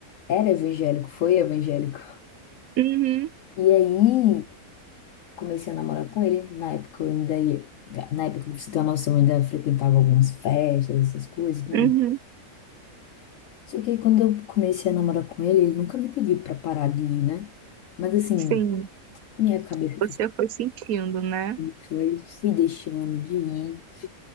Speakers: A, on the left; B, on the right.
A: era evangélico, foi evangélico.
B: Uhum.
A: E aí. comecei a namorar com ele. Na época eu ainda ia. Na época, pra você ter uma noção, eu ainda frequentava algumas festas, essas coisas, né?
B: Uhum.
A: Só que aí quando eu comecei a namorar com ele, ele nunca me pediu pra parar de ir, né? Mas assim,
B: Sim.
A: minha cabeça
B: Você
A: fez
B: foi sentindo, né?
A: isso, aí fui deixando de ir.